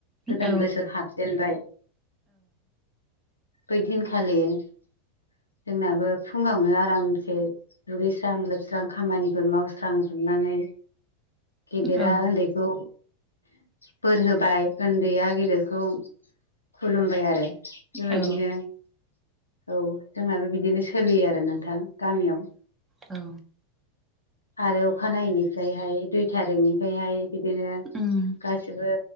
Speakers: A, on the left; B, on the right.
A: गोदान
B: औ
A: बोसोर हाबजेनबाय। बै दिनखालि जोंनाबो फुङावनो आरामसे दुगैस्रां लोबस्रां खामानिफोर मावस्रांजोबनानै गेदिरा
B: औ
A: उन्दैखौ बोर होबाय उन्दैया गेदेरखौ खुलुमबाय आरो। बेबायदिनो
B: औ
A: औ जोंनाबो बिदिनो सोलियो आरो नोंथां गामियाव।
B: औ
A: आरो अखा नायनिफ्रायहाय दुइ थारिखनिफ्रायहाय बिदिनो
B: उम
A: गासिबो